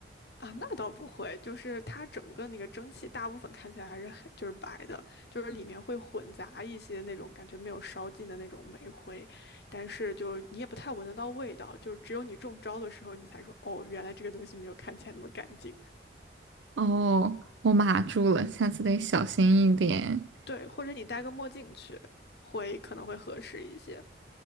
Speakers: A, on the left (about 60°); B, on the right (about 85°).
A: 啊。那倒不会，就是它整个那个蒸汽大部分看起来还是很就是白的，就是里面会混杂一些那种感觉没有烧尽的那种煤灰，但是就你也不太闻得到味道，就是只有你中招的时候你才说哦，原来这个东西没有看起来那么干净。
B: 哦，我码住了，下次得小心一点，
A: 对，或者你戴个墨镜去，会可能会合适一些